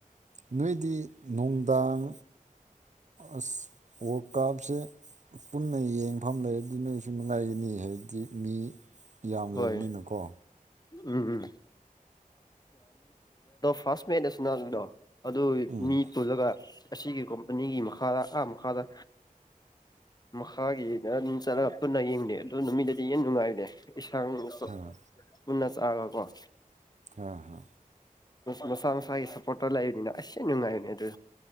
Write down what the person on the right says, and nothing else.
ꯅꯣꯏꯗꯤ ꯅꯨꯡꯗꯥꯡ ꯑꯁ ꯋꯥꯔꯀꯥꯞꯁꯦ ꯄꯨꯟꯅ ꯌꯦꯡꯐꯝ ꯂꯩꯔꯗꯤ ꯅꯣꯏꯁꯨ ꯅꯨꯡꯉꯥꯏꯒꯅꯤ ꯍꯥꯏꯕꯗꯤ ꯃꯤ ꯌꯥꯝ
ꯂꯩꯕꯅꯤꯅꯀꯣ
ꯎꯝ
ꯑꯥ
ꯑꯥ ꯍꯥ